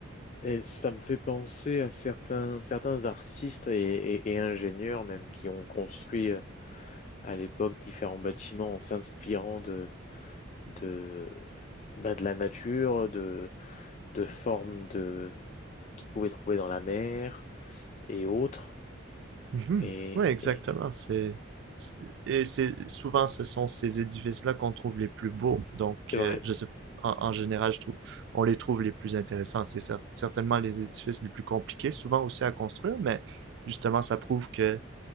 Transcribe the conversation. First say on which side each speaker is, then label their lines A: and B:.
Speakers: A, on the left (about 35°); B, on the right (about 60°).
A: Et ça me fait penser à certains, certains artistes et, et- et ingénieurs même qui ont construit euh, à l'époque différents bâtiments en s'inspirant de, de, bah, de la nature, de, de formes de, qu'ils pouvaient trouver dans la mer et autres.
B: Mhm.
A: Et,
B: Oui, exactement.
A: et
B: C'est c'est- et c'est souvent ce sont ces édifices-là qu'on trouve les plus beaux. Donc,
A: c'est
B: euh,
A: vrai.
B: je sais, en, en général, je trouve, on les trouve les plus intéressants. C'est cer- certainement les édifices les plus compliqués, souvent aussi à construire, mais justement, ça prouve que